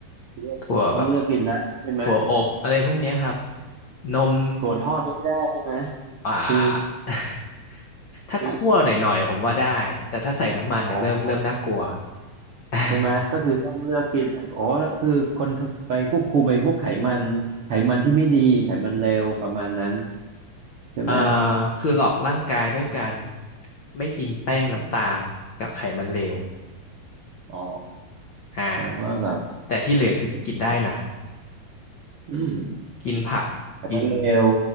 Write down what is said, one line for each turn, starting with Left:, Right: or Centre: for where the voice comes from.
Right: เลือกกินต้องเลือกกินแล้วใช่ไหม
Left: ถั่วแบบถั่วอบอะไรพวกเนี้ยครับ นม
Right: ถั่วทอดก็ไม่ได้ใช่ไหม
Left: อ่า
Right: คือ
Left: <laughs> ถ้าคั่วหน่อยๆผมว่าได้
Right: คือ
Left: แต่ถ้าใส่น้ำมันเนี่ยเริ่มเริ่มน่ากลัว
Right: อ๋อ
Left: <laughs>
Right: ใช่ไหมก็คือต้องเลือกกินอ๋อคือคนไปควบคุมไอ้พวกไขมันไขมันที่ไม่ดีไขมันเลวประมาณนั้นใช่ไหม
Left: เอ่อคือหลอกร่างกายด้วยการไม่กินแป้งน้ำตาลกับไขมันเลว
Right: อ๋อ
Left: อ่า
Right: แปลว่าแบบ
Left: แต่ที่เหลือคือกินได้นะ
Right: อืม
Left: กินผักกิน
Right: ไขมันเลว